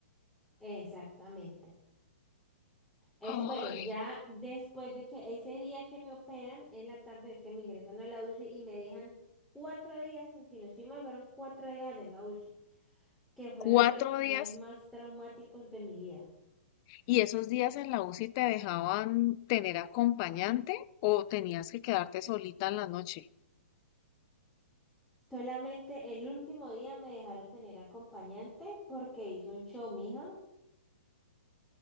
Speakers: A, in the centre; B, on the left.
A: Exactamente. Eso,
B: ¡ay!
A: bueno, ya después de que ese día que me operan, en la tarde es que me ingresan a la UCI y me dejan cuatro días, y si no estoy mal, fueron cuatro días allá en la UCI, que fueron
B: cuatro
A: los días
B: días.
A: más traumáticos de mi vida.
B: ¿Y esos días en la UCI te dejaban tener acompañante o tenías que quedarte solita en la noche?
A: Solamente el último día me dejaron tener acompañante porque hice un show, mija.